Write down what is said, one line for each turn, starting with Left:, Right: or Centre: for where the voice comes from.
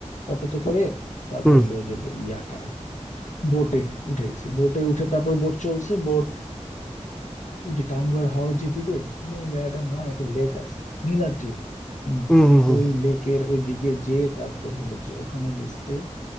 Left: অটোতে করে তারপরে
Centre: হুম
Left: হলো যে ওদের ইয়াটা আর কি বোটে উঠে গেছি বোটে উঠে তারপর বোট চলছে বোট ওই যে টাঙ্গুয়ার হাওর যেদিকে কি জানি জায়গাটার নাম একটা লেক আছে নীলাদ্রি লেক হম
Centre: হুম হুম
Left: ওই লেকের ওই দিকে যে তারপর হলো যে ওখানে লিস্টে